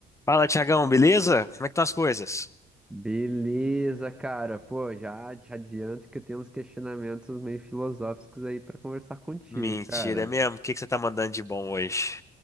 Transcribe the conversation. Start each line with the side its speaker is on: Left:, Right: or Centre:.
Left: Fala, Tiagão, beleza? Como é que estão as coisas?
Centre: Beleza, cara. Pô, já te adianto que eu tenho uns questionamentos meio filosóficos aí pra conversar contigo,
Left: Mentira,
Centre: cara.
Left: é mesmo? O que que você tá mandando de bom hoje?